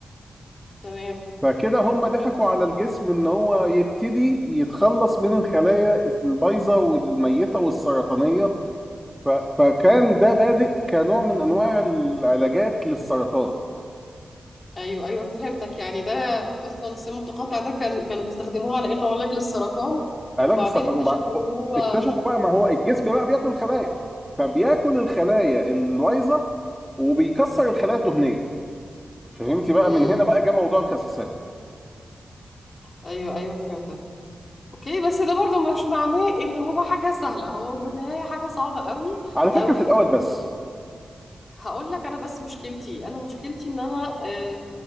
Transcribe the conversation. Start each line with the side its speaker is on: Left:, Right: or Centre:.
Left: تمام
Centre: فكده هم ضحكوا على الجسم ان هو يبتدي يتخلص من الخلايا البايظه والميته والسرطانيه ف... فكان ده بادئ كنوع من انواع العلاجات للسرطان
Left: ايوه ايوه فهمتك يعني ده اصلا سم متقاطع ده كان كانوا بيستخدموه على انه علاج للسرطان
Centre: علاج
Left: وبعدين
Centre: السرطان
Left: اكتشفوا
Centre: وبع...
Left: ان هو
Centre: اكتشفوا بقى ما هو الجسم بقى بياكل خلايا فبياكل الخلايا الوايظه وبيكسر الخلايا الدهنيه فهمتي بقى
Left: امم
Centre: من هنا بقى جه موضوع الخسسان
Left: ايوه ايوه فهمتك اوكي بس ده برضو مش معناه ان هو حاجة سهلة هو بالنهاية حاجة صعبة قوي
Centre: على فكره
Left: قوي
Centre: في الاول بس
Left: ل- هقول لك انا بس مشكلتي انا مشكلتي ان انا آه،